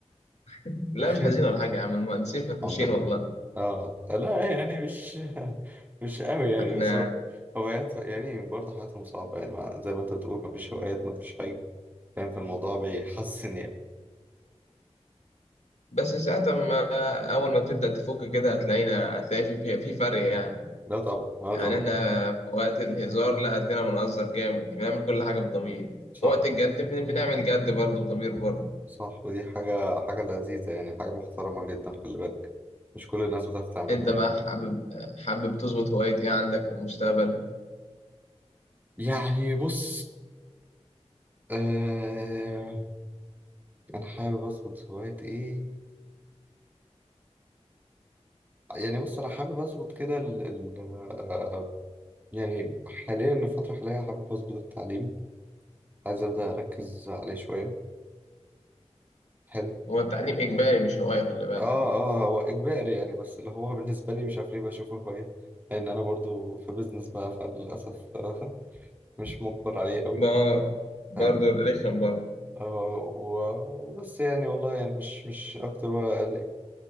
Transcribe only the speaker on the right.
<laughs>
الحمد لله
اه لا يعني مش <laughs> مش قوي يعني
بس هو- هوايات يعني برضه حياتهم صعبة يعني مع- زي ما انت بتقول مفيش هوايات مفيش حاجة فاهم في الموضوع بيحسسني يعني
لا طبعا لا
طبعا
صح
صح ودي حاجة حاجة لذيذة يعني حاجة محترمة جدا خلي بالك مش كل الناس بتعرف تعملها
يعني
يعني بص آه انا حابب اظبط هواية ايه يعني بص انا حابب اظبط كده ال ال آه يعني حاليا الفترة الحالية حابب اظبط التعليم عايز أبدأ أركز عليه شوية حلو
آه آه هو إجباري يعني بس اللي هو بالنسبة لي مش عارف ليه بشوفه هواية لأن أنا برضو في بيزنس بقى فللأسف آه، <laughs> مش مجبر عليه قوي
فاهم
آه و- وبس يعني والله يعني مش مش أكتر ولا أقل يعني.